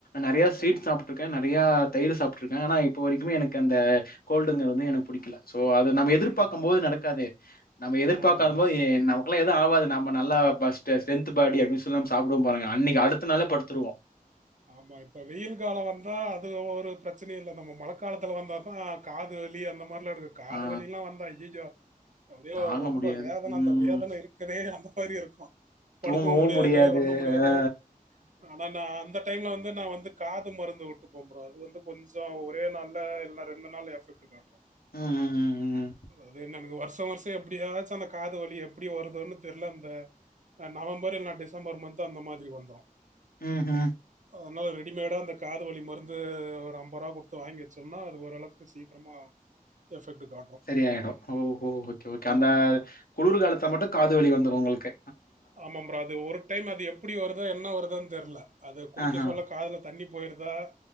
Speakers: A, on the left; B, on the right.
A: நெறைய ஸ்வீட் சாப்ட்ருக்கே நெறைய தயிர்ரு சாப்ட்ருக்கே ஆனா இப்ப வரைக்குமே எனக்கு அந்த கோல்டுங்க வந்து எனக்கு பிடிக்கல சோ அது நம்ம எதிர்பார்க்கும்
B: ம்
A: போது நடக்காது நம்ம எதிர்பார்க்காத
B: ஆமாம் ப்ரோ
A: போது எ நமக்குல்லா அது ஆவாது நம்ம நல்லா பாஸ்டு ஸ்ரென்த் பாடி அப்டினு சொல்லி நாம சாப்டுவோ பாருங்க அன்னைக்கு அடுத்த நாளே படுத்துறுவோ
B: ஆமா இப்ப வெயில் காலம் வந் ஆ அது ஒரு பிரச்சனை இல்ல நம்ம மழக்காலத்துல வந்தாதா காது வலி அந்த மாரிலா இருக்கு காது
A: ஆ
B: வலிலலா வந்தா ஐய்யயோ அப்டியே
A: தாங்க
B: ரொம்ப
A: முடியாது.
B: வேதன
A: ம்.
B: அந்த வேதன இருக்குதே அந்தமாரி இருக்கு படுக்கவு
A: தூங்கவும்
B: முடியாது ஒன்னு முடியாது
A: ஆ.
B: ஆனா நா அந்த டைம்ல வந்து நா வந்து காது மருந்து உட்டுகுவ ப்ரோ அது வந்து கொஞ்சோ ஒரே நாள்ல இல்லனா ரெண்டு நாள் எஃபெக்ட் காட்றோ
A: ம் ம் ம் ம்.
B: அது என்ன எனக்கு வருஷோ வருஷோ எப்டியாச்சு அந்த காது வலி எப்டி வருதுன் தெர்ல அந்த அ நவம்பர் இல்லனா டிசம்பர் மந்த்து அந்த மாதிரி வந்துரு
A: ம் ஹும்
B: அதனால ரெடிமேடா அந்த காதுவலி மருந்து ஒரு அம்ப ரூவா குடுத்து வாங்கி வெச்சோம்னா அது ஓரளவுக்கு சீக்கரமா எஃபெக்ட் காட்
A: செரியாய்டு ஓஹோ ஓகே ஓகே அந்த
B: ப்ரோ.
A: குளுர் காலத்துல மட்டு காது வலி வந்துரு உங்குளுக்கு
B: ஆமாப்ரா அது ஒரு டைம் அது எப்புடி வருதோ என்ன வருதோன் தெர்ல அது குளிக்க
A: ஆஹ.
B: சொல்ல காதுல தண்ணி போய்ருதா